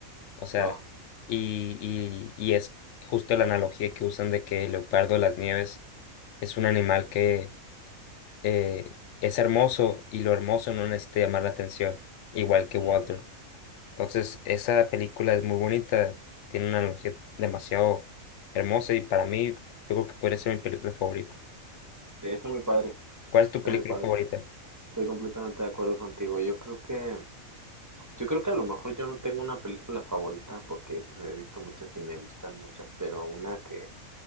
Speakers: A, on the left (about 65°); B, on the right (about 15°).
A: O sea,
B: oh,
A: y, y, y es justo la analogía que usan de que el leopardo de las nieves es un animal que eh, es hermoso y lo hermoso no necesita llamar la atención, igual que
B: mm.
A: Walter. Entonces, esa película es muy bonita, tiene una analogía demasiado hermosa y para mí yo creo que podría ser mi película favorita.
B: Sí, está muy padre,
A: ¿Cuál es tu
B: está
A: película
B: muy padre.
A: favorita?
B: Estoy completamente de acuerdo contigo. Yo creo que, yo creo que a lo mejor yo no tengo una película favorita porque pues he visto muchas y me gustan muchas, pero una que,